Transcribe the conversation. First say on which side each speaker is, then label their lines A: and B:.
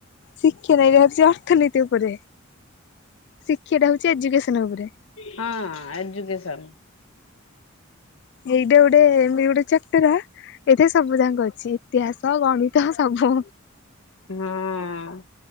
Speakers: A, on the left; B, on the left.
A: ଶିକ୍ଷାଟ ଏଇଟା ହୋଉଚି ଅର୍ଥନୀତି ଉପରେ ଶିକ୍ଷାଟା ହୋଉଚି ଏଜୁକସନରେ।
B: ହଁ ଏଜୁକସନ।
A: ଏଇଟା ଗୋଟେ <unintelligible> ଏଥିରେ ସବୁ ଯାକ ଅଛି ଇତିହାସ ଗଣିତ ସବୁ।
B: ହଁ।